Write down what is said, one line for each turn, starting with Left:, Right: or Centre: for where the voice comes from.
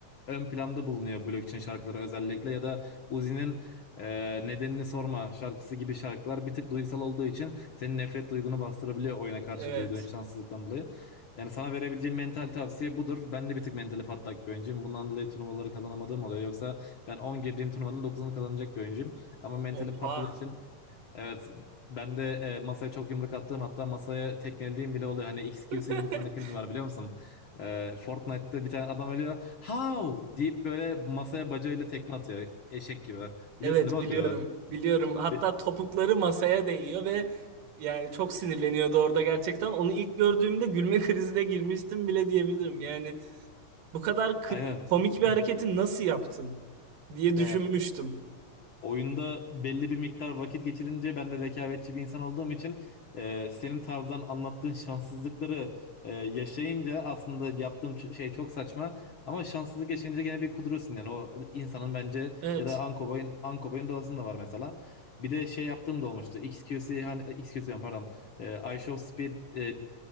Left: ön planda bulunuyor blockchain şarkıları özellikle ya da Uzi'nin e, nedenini sorma şarkısı gibi şarkılar bir tık duygusal olduğu için senin nefret duygunu bastırabiliyor oyuna karşı
Right: Evet.
Left: duyduğun şanssızlıktan dolayı. Yani sana verebileceğim mental tavsiye budur. Ben de bir tık mentali patlak bir oyuncuyum. Bundan dolayı turnuvaları kazanamadığım oluyor. Yoksa ben 10 girdiğim turnuvanın dokuzunu kazanacak bir oyuncuyum. Ama mentalim
Right: Oha.
Left: patladığı için Evet ben de e, masaya çok yumruk attığım hatta masaya tekmelediğim bile oluyor. Hani XQC'nin
Right: <laughs>
Left: bir tane klibi var biliyor musun? E, Fortnite'da bir tane adam ölüyor. How! deyip böyle masaya bacağıyla tekme atıyor. Eşek gibi.
Right: Evet
Left: Biliyorsun değil mi
Right: biliyorum.
Left: o klibi?
Right: Biliyorum. Hatta
Left: Bir,
Right: topukları masaya değiyor ve yani çok sinirleniyordu orada gerçekten. Onu ilk gördüğümde gülme <laughs> krizine girmiştim bile diyebilirim. Yani bu kadar kri-
Left: aynen.
Right: komik bir
Left: <laughs>
Right: hareketi nasıl yaptın diye
Left: Ya
Right: düşünmüştüm.
Left: Oyunda belli bir miktar vakit geçirince ben de rekabetçi bir insan olduğum için e, senin tarzdan anlattığın şanssızlıkları e, yaşayınca aslında yaptığım ç- şey çok saçma ama şanssızlık yaşayınca gene bir kuduruyorsun yani o insanın bence
Right: Evet.
Left: ya da Ankoboy'un Ankoboy'un doğasında var mesela. Bir de şey yaptığım da olmuştu. XQC hani e, XQC diyorum, pardon. E, I Show Speed e,